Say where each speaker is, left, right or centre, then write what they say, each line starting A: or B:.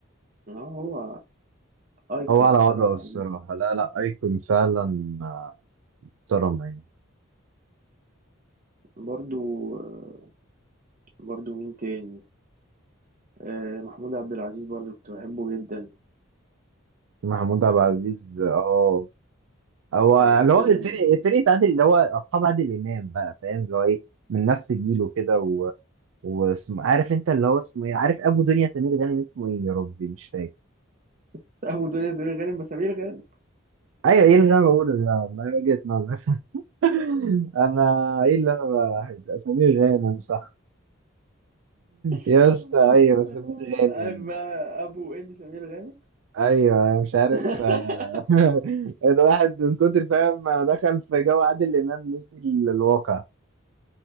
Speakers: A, on the right; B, on the right.
A: اه هو ايكون
B: هو على
A: بصراحه
B: وضعه الصراحه لا لا ايكون فعلا آه، محترم يعني
A: برضو آه، برضو مين تاني آه، محمود عبد العزيز برضو كنت بحبه جدا
B: محمود عبد العزيز اه هو
A: يعني
B: اللي
A: فيلم
B: هو الفريق الفريق بتاع عادل اللي هو اصحاب عادل امام بقى فاهم اللي هو ايه من نفس جيله كده و... واسمه عارف انت اللي هو اسمه ايه عارف ابو دنيا سمير غانم اسمه ايه يا ربي مش فاكر
A: <laughs> أبو دنيا سمير غانم وسمير غانم
B: ايوه ايه اللي انا بقوله ده والله وجهة نظر <laughs> انا ايه اللي انا بحب سمير غانم صح
A: <laughs>
B: يا اسطى ايوه سمير غانم
A: عارف بقى أبو إيمي سمير غانم
B: ايوه أنا مش عارف
A: <laughs>
B: آه، <laughs> الواحد من كتر فاهم ما دخل في جو عادل امام نسي ال- الواقع